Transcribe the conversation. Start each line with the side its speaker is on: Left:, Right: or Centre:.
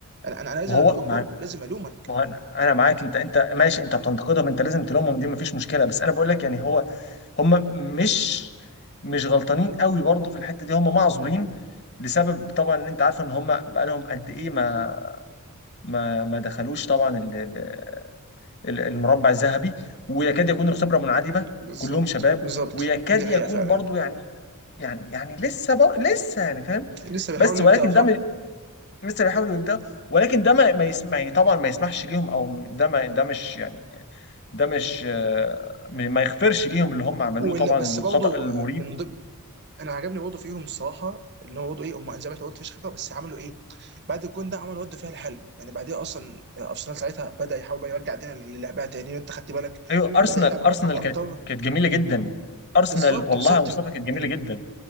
Right: انا انا أنا لازم
Left: ما هو
Right: الومك
Left: ما
Right: برضه لازم الومك
Left: ما هو انا انا معاك انت انت ماشي انت بتنتقدهم انت لازم تلومهم دي مفيش مشكله بس انا بقول لك يعني هو هم مش مش غلطانين قوي برضه في الحته دي هم معذورين لسبب طبعا ان انت عارف ان هم بقالهم قد ايه ما ما ما دخلوش طبعا ال- ال- ال- المربع الذهبي ويكاد يكون الخبره منعدمه
Right: بالظبط
Left: كلهم شباب
Right: بالظبط
Left: ويكاد
Right: دي
Left: يكون
Right: حقيقه فعلا
Left: برضه يعني يعني يعني لسه بر... لسه يعني فاهم
Right: لسه بيحاولوا
Left: بس ولكن
Right: يبداوا صح
Left: ده م- لسه بيحاولوا يبدأ ولكن ده ما ما يسمع طبعا ما يسمحش ليهم او ده ما ده مش يعني ده مش آه، ما يغفرش ليهم اللي هم عملوه
Right: ولا
Left: طبعا
Right: بس
Left: الخطأ
Right: برضه
Left: المريب
Right: من ضمن انا عجبني برضه فيهم الصراحه ان هو برضه ايه هم زي ما انت قلت مفيش خبره بس عملوا ايه بعد الجون ده عملوا رد فعل حلو يعني بعديها اصلا ارسنال ساعتها بدا يحاول بقى يرجع دينا للعبها تاني وانت خدت بالك
Left: ايوه ارسنال
Right: بدا يلعب
Left: ارسنال
Right: على الطرف اكتر
Left: كانت كانت جميله جدا ارسنال
Right: بالظبط
Left: والله
Right: بالظبط
Left: يا مصطفى كانت جميله
Right: من
Left: جدا